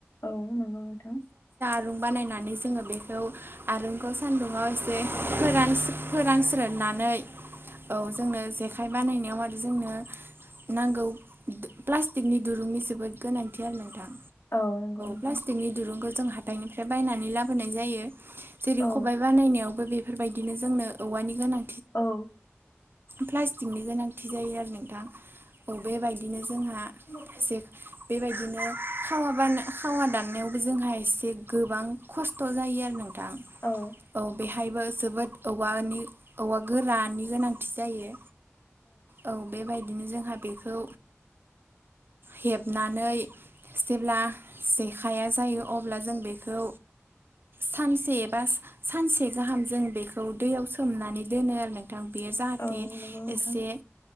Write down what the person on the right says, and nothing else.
आरुं बानायनानै जोङो बेखौ आरुंखौ सान्दुंङाव एसे फोरान फोरानस्रो नानै औ जों जेखाय बानाय नायाव आरो जोंनो नांगौ प्लास्टिकनि दुरुंनि जोबोद गोनांथि आरो नोंथां।
प्लास्टिकनि दुरुंखौ जों हाथाइनिफ्राय बायनानै लाबोनाय जायो जेरै
खबाइ बानायनायाव बेफोरबायदिनो जोंनो औवानि गोनां
प्लास्टिकनि गोनांथि जायो आरो नोंथां। औ बेबायदिनो जोंहा
जे बेबायदिनो खावा बा खावा दाननायावबो जोंहा एसे गोबां खस्थ' जायो आरो नोंथां
औ बेहायबो जोबोद औवानि औवा गोरानि गोनांथि जायो औ बेबायदि बिदिनो जोंहा बेखौ हेबनानै जेब्ला जेखाइया जायो अब्ला जों बेखौ सानसे बा सानसे गाहाम जों बेखौ दैयाव सोमनानै दोनो आरो नोंथां बेयो जाहाथे
एसे